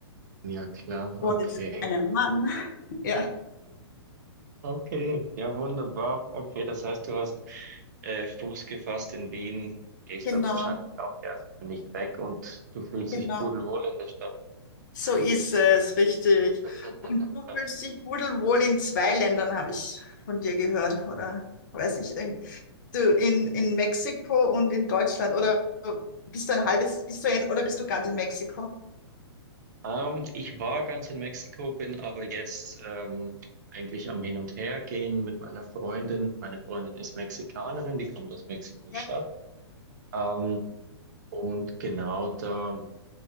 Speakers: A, on the right; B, on the left.
A: ja klar,
B: und
A: okay.
B: jetzt einen Mann. <laughs> Ja,
A: Okay, ja wunderbar. Okay, das heißt, du hast äh, Fuß gefasst in Wien, gehst
B: genau,
A: dort wahrscheinlich auch erstmal nicht weg und du fühlst
B: genau.
A: dich pudelwohl in der Stadt.
B: So ist es, richtig.
A: <laughs>
B: Und du fühlst dich pudelwohl in zwei Ländern, habe ich von dir gehört, oder weiß ich, in, du in, in Mexiko und in Deutschland, oder bist du ein halbes, bist du ein, oder bist du ganz in Mexiko?
A: Ähm, ich war ganz in Mexiko, bin aber jetzt ähm, eigentlich am Hin und Her gehen mit meiner Freundin. Meine Freundin ist Mexikanerin, die kommt aus Mexiko-Stadt.
B: Ja.
A: Ähm, und genau da,